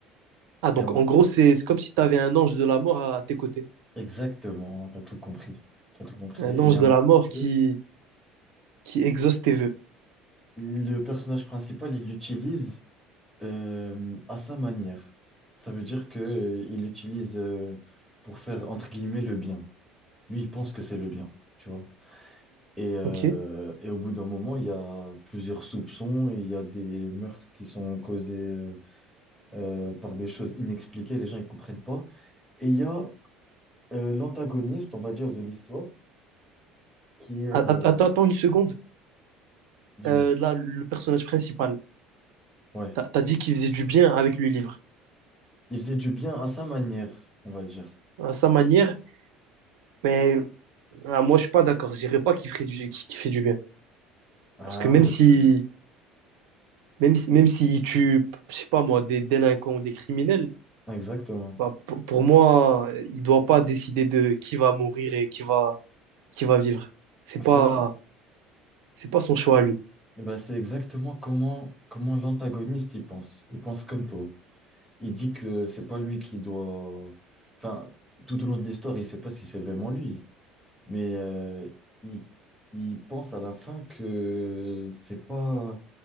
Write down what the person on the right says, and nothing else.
Ah, donc
en gros, c'est, c'est comme si tu avais un ange de la mort à, à tes côtés.
Un
ange
de la mort
qui, qui exauce tes vœux.
Ok?
A- a- Attends, attends une seconde.
Euh, là, le personnage principal,
t'as, t'as dit qu'il faisait du bien avec le livre.
À sa manière, mais ah, moi, je suis pas d'accord. Je dirais pas qu'il ferait du, qu'il qu'il fait du bien.
Parce que même
si
même si, même s'il tue, je sais pas moi, des délinquants ou des criminels,
bah, p- pour moi, il doit pas décider de qui va mourir et qui va, qui va vivre. C'est
pas,
c'est pas son choix à lui.